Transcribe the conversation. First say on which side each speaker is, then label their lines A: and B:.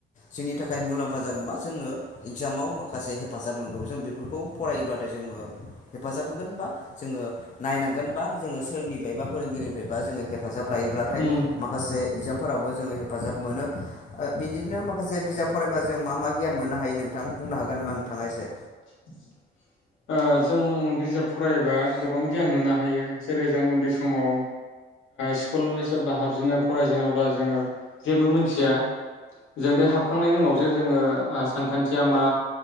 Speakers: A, on the left; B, on the left.
A: जोंनि थाखाय मुलाम्फा जागोनबा जोङो इगजामाव माखासे हेफाजाब मोनगौ जों बेफोरखौ फरायोब्लाथाय जोङो हेफाजाब मोनगोन बा ओ नायनांगोन बा जोङो सोरनिफ्राय बा फोरोंगिरिनिफ्रायबा जोङो हेफाजाब लायोब्लाथाय
B: उम
A: माखासे इगजामफोरावबो जोङो हेफाजाब मोनो बिदिनो माखासे बिजाब फरायबा जों मा मा गियान मोननो हायो नोंथां बुंनो हागोन नामा नोंथाङा एसे
B: <unintelligible> जों बिजाब फरायबा गोबां गियान मोननो हायो जेरै जों उन्दै समाव स्कुल जेब्ला हाबजेनो फरायजेनो अब्ला जोङो जेबो मोनथिया जों बे हाबखांनायनि उनावसो जोङो सानखान्थिया मा